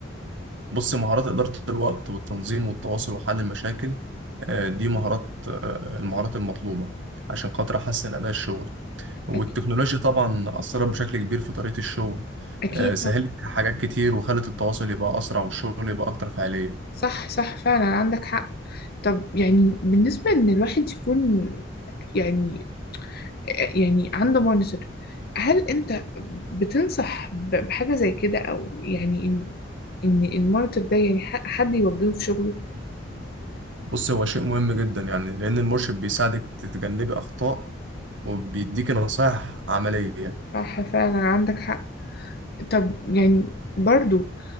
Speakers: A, on the right (about 80°); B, on the left (about 55°).
A: بص مهارات إدارة الوقت والتنظيم والتواصل وحل المشاكل آه، دي مهارات آه، المهارات المطلوبة عشان خاطر أحسن أداء الشغل والتكنولوجيا
B: أكيد
A: طبعا أثرت بشكل كبير في طريقة الشغل
B: أكيد
A: آه، سهلت حاجات كتير وخلت التواصل يبقى أسرع والشغل يبقى أكتر فعالية
B: صح صح فعلا عندك حق طب يعني بالنسبة إن الواحد يكون يعني يعني عنده مونيتور هل أنت بتنصح ب- بحاجة زي كده أو يعني إن إن المونيتور ده يعني ح- حد يوجهه في شغله
A: بص هو شيء مهم جدا يعني لأن المرشد بيساعدك تتجنبي أخطاء وبيديكي نصائح عملية
B: صح فعلا عندك حق طب يعني برضو